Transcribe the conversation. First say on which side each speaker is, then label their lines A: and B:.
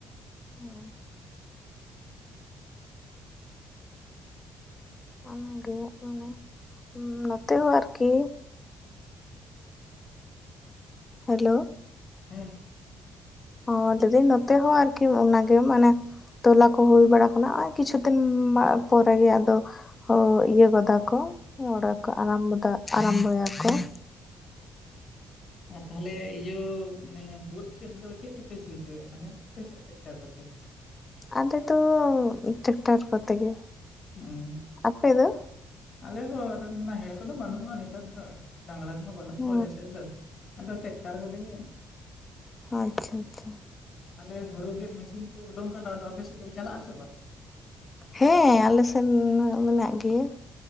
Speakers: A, on the left; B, on the left.
A: ᱚ ᱚᱱᱟᱜᱮ ᱚᱱᱮ ᱱᱚᱛᱮ ᱦᱚᱸ ᱟᱨᱠᱤ ᱦᱮᱞᱳ ᱾
B: ᱦᱮᱸ
A: ᱚ ᱞᱟᱹᱭ ᱫᱤᱱ ᱱᱚᱛᱮ ᱦᱚᱸ ᱟᱨᱠᱤ ᱚᱱᱟᱜᱮ ᱢᱟᱱᱮ ᱾ ᱛᱚᱞᱟ ᱠᱚ ᱦᱩᱭ ᱵᱟᱲᱟ ᱠᱟᱱᱟ ᱱᱚᱜᱼᱚᱭ ᱠᱤᱪᱷᱩ ᱫᱤᱱ ᱯᱚᱨᱮ ᱜᱮ ᱟᱫᱚ ᱤᱭᱟᱹ ᱜᱚᱫᱟ ᱠᱚ ᱾ ᱚ ᱫᱚ ᱱᱚᱰᱮ ᱠᱚ ᱟᱨᱢᱵᱚᱵ ᱟᱵᱳ ᱾
B: ᱟᱨ ᱛᱟᱦᱞᱮ ᱛᱳ ᱵᱳᱴ ᱠᱷᱮᱛ ᱫᱚ ᱪᱮᱫ ᱛᱮᱯᱮ ᱥᱤ ᱦᱚᱪᱚᱭᱟ ᱱᱟᱦᱮᱞ ᱠᱚᱛᱮ ᱥᱮᱫ ᱴᱮᱠᱴᱟᱨ ᱠᱮᱛᱮ?
A: ᱟᱞᱮ ᱫᱚ ᱴᱮᱠᱴᱟᱨ ᱠᱚᱛᱮ ᱜᱮ᱾
B: ᱦᱩᱸ
A: ᱟᱯᱮ ᱫᱚ?
B: ᱟᱞᱮ ᱦᱳ ᱟᱫᱚ ᱱᱟᱦᱮᱞ ᱠᱚᱫᱚ ᱵᱟᱹᱱᱩᱜ -ᱟ ᱟᱫᱚᱛ ᱫᱚ ᱾ ᱰᱟᱝᱨᱟ ᱠᱚᱦᱚᱸ ᱵᱟᱹᱱᱩᱜ ᱠᱚᱣᱟ
A: ᱚ
B: ᱟᱞᱮ ᱥᱮᱫ ᱫᱚ ᱟᱫᱚ ᱴᱮᱠᱴᱟᱨ ᱠᱚᱨᱮ ᱜᱮ ᱾
A: ᱟᱪᱪᱷᱟ ᱟᱪᱪᱷᱟ ᱾
B: ᱟᱞᱮ ᱦᱩᱲᱩ ᱜᱮᱫ ᱢᱮᱥᱤᱱ ᱠᱚ ᱩᱰᱩᱠ ᱠᱟᱱᱟ ᱟᱫᱚ ᱟᱯᱮ ᱥᱮᱫ ᱫᱚ ᱪᱟᱞᱟᱜ -ᱟ ᱥᱮ ᱵᱟᱝ?
A: ᱦᱮᱸ ᱟᱞᱮ ᱥᱮᱱ ᱢᱮᱱᱟᱜ ᱜᱮᱭᱟ ᱾